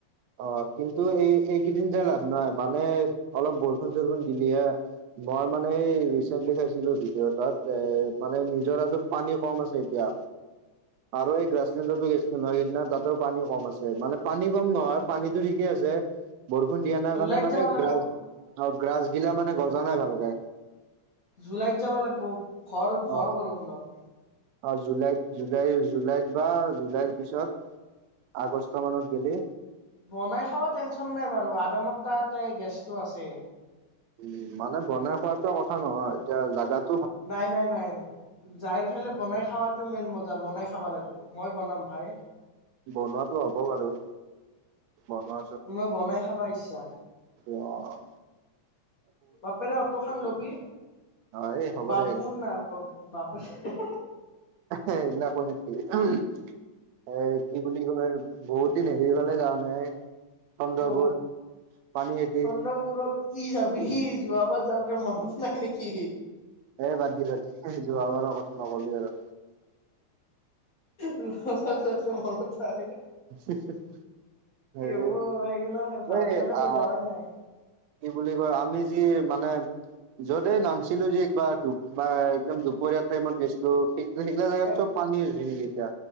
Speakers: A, on the right; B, on the left.
A: অ অঁকিন্তু এই এইকেইদিন যে লাভ নাই মানে অলপ বৰষুণ চৰষুণ দিলিহে মই মানে এই ৰিচেন্টলি খাইছিলো ভিডিঅ'টাত এ মানে নিজৰা টোত পানী কম আছে এতিয়া আৰু এই গ্ৰাছলেণ্ডো গেছটো নহয় সেইদিনা তাতো পানী কম আছে মানে পানী কম নহয় পানীতো ঠিকে আছে বৰষুণ দিয়া অ নাৰ
B: জুলাইত
A: কাৰণে মানে
B: যাব লাগিব
A: গ্ৰাচ অ' গাছ গিলা মানে গজা নাই ভালকে।
B: জুলাইত যাবা লাগিব। ঘৰ
A: অ
B: ভৰ বৰষু নত
A: অ' জুলাইত জুলাই জুলাইত বা যাই পিছত আগষ্ট মানত গেলি
B: বনাই খাৱ টেনচন নাই বাৰু আদ মতাতে গেছটো আছে
A: উ মানে বনাই খোৱাত কথা নহয় এতিয়া জাগাত
B: নাই, নাই, নাই, নাই যাই ফেলে বনাই খোৱাাতটো মেইন মজা। বনাই খাব লাগিব। মই বনাম ভাই।
A: বনোৱাটো হব বাৰু। বনোৱা
B: মই বনাই খাবা ইচ্ছা
A: অ'
B: বাপেৰে অত খান লবি
A: অ এই হ'ব
B: বাপু
A: দে
B: ন বাপেৰে
A: এহে হেইনা কয় নেকি অঁ এ কি বুলি ক'লে বহুত দিন হেৰিফালে যা নাই। চন্দ্ৰপুৰ
B: ক'ত
A: পানীখাইতি
B: চন্দ্ৰপুৰত কি যাবি সি যোৱাবাৰ যাব তাৰ মনত নাই নেকি?
A: এ বাদি বি যোৱাবাৰৰ কথা। নকবি আৰু।
B: নচ চ মৰঠায় <unintelligible>
A: হেৰি
B: হ'ব সেইগিলা ভাবি
A: এই
B: পেলাই
A: আ
B: মই যোৱাই নাই।
A: কি বুলি কয় আমি মানে য'তে নামছিলো যে একবাৰ একদম দুপৰীয়া টাইমত গৈছিলো সেইগিলা জেগাত
B: এ
A: চাব পানী হৈছে নেকি এতিয়া